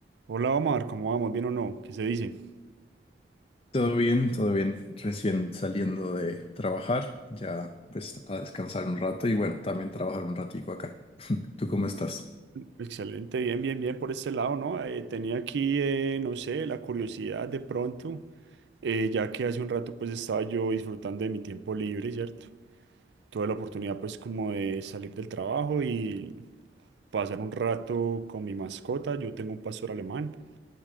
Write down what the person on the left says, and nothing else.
Todo bien, todo bien. Recién saliendo de trabajar, ya pues a descansar un rato y bueno, también trabajar un ratico acá. <laughs> ¿Tú cómo
estás?